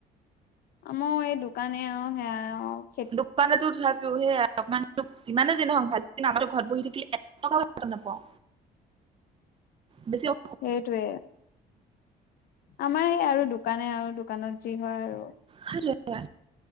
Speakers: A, on the left (about 65°); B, on the right (about 30°).
A: আমাৰ এই দোকানে আৰু সেয়া অ
B: দোকানতো তথাপিও সেয়া অমান যিমানে যে নহওক ভাজিন <unintelligible> আমাৰো ঘৰত বহি থাকিলি এক টকাও ইনকাম নাপাওঁ। বেছি অ
A: সেইটোৱে আমাৰ এই আৰু দোকানে আও দোকানত যি হয় আৰু
B: সেইটোৱে